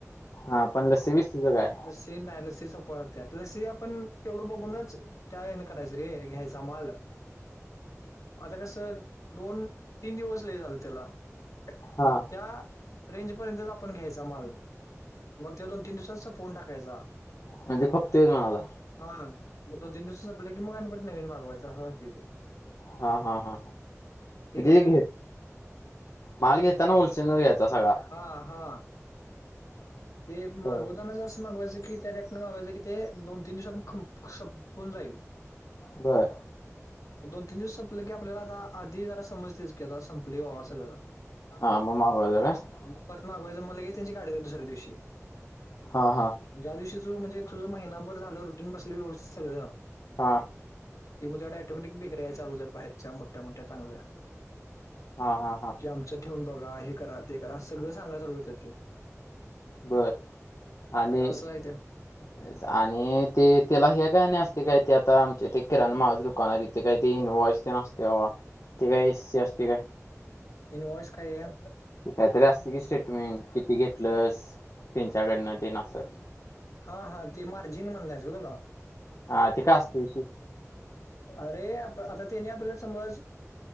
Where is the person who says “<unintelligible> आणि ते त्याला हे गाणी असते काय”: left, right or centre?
Left